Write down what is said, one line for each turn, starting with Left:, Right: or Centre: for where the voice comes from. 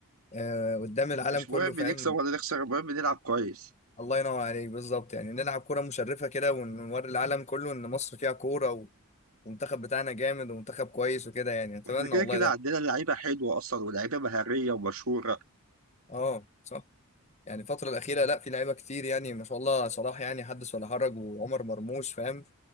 Left: آه، قدام العالم
Right: مش
Left: كله
Right: مهم
Left: فاهم
Right: نكسب ولا نخسر المهم نلعب كويس
Left: الله ينور عليك بالظبط يعني نلعب كرة مشرفة كده ونوري العالم كله إن مصر فيها كورة و- والمنتخب بتاعنا جامد ومنتخب كويس وكده يعني أتمنى
Right: واحنا كده
Left: والله
Right: كده
Left: ده
Right: عندنا لعيبة حلوة أصلا ولعيبة مهارية ومشهورة
Left: أه صح يعني الفترة الأخيرة لا في لعيبة كتير يعني ما شاء الله صلاح يعني حدث ولا حرج وعمر مرموش فاهم